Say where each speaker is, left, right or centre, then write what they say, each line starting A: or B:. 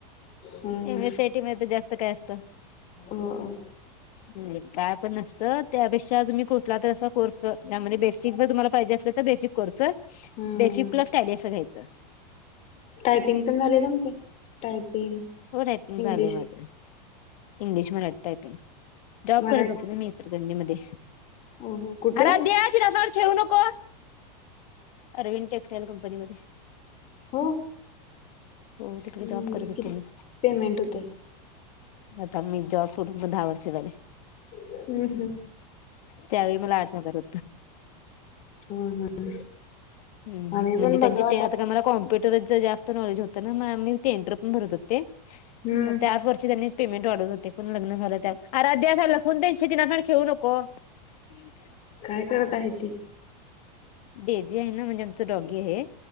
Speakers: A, on the left (about 35°); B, on the left (about 65°).
A: हम्म
B: एम एस आय टी मध्ये जास्त काय असतं?
A: हम्म
B: नाही काय पण नसत त्यापेक्षा तुम्ही कुठला तर असा कोर्स त्यामध्ये बेसिक जर तुम्हाला पाहिजे असल तर बेसिक कुडच
A: हम्म
B: बेसिक प्लस कायले अस घ्यायचं.
A: टायपिंग पण झाले का आमच्या टायपिंग.
B: हो टायपिंग
A: इंग्लिश
B: झालंय माझ इंग्लिश मिडिम टाईपींग जॉब
A: मराठी
B: करत होती ना मी इचलकरंजीमध्ये
A: हो हो कुठं
B: आराध्या तिला खेळू नकोस अरविंद टेक्सटाईल कंपनीमध्ये.
A: हो
B: हो
A: हम्म
B: तिकडे जॉब करत होते
A: कि
B: मी.
A: पेमेंट होते
B: आता मी जॉब करून पण दहा वर्ष झाली.
A: हम्म हम्म
B: त्यावेळी मला आठवलं
A: हो ह
B: हम्म
A: आम्ही
B: म्हणजे
A: पण बघा
B: त्यांचे ते आता मला कॉम कॉम्प्युटरच जास्त नॉलेज होते ना मी टेंडर पण भरत होते
A: हम्म
B: मग त्याच वर्षी त्यांनी पेमेंट वाढवत होते पण लग्न झालं त्यात आराध्या अस लसूण दे शितेला म्हण खेळू नको <unintelligible>
A: काय करत आहे ती?
B: डेझी आहे ना म्हणजे आमचं डॉगी आहे.